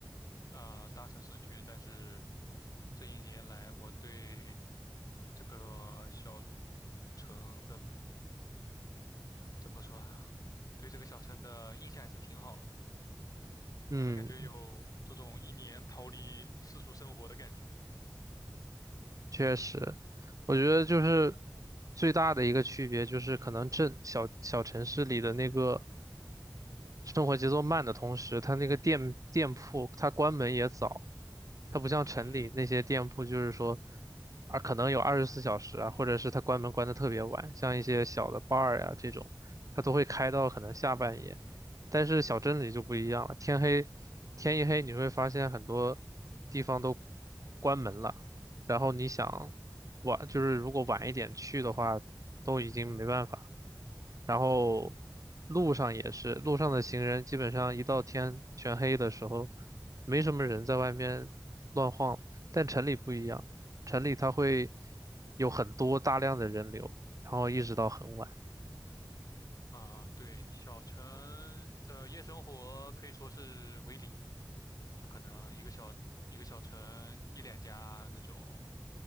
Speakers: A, on the left (about 50°); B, on the right (about 45°).
A: 呃大城市去，但是这一年来我对这个小城的怎么说啊，对这个小城的印象还是挺好的。
B: 嗯，
A: 就是感觉有这种一年逃离世俗生活的感觉。
B: 确实，我觉得就是最大的一个区别就是，可能镇小小城市里的那个。生活节奏慢的同时，它那个店店铺它关门也早，它不像城里那些店铺，
A: 嗯，
B: 就是说啊可能有二十四小时啊，或者是它关门关的特别晚，像一些小的 bar 呀、这种，它都会开到可能下半夜。但是小镇里就不一样了，天黑天一黑，你会发现很多地方都关门了，然后你想晚，就是如果晚一点去的话，都已经没办法。然后路上也是，路上的行人基本上一到天全黑的时候，没什么人在外面乱晃。但城里不一样，城里它会有很多大量的人流，然后一直到很晚。
A: 啊、对，小城的夜生活可以说是为零，就可能一个小一个小城一两家那种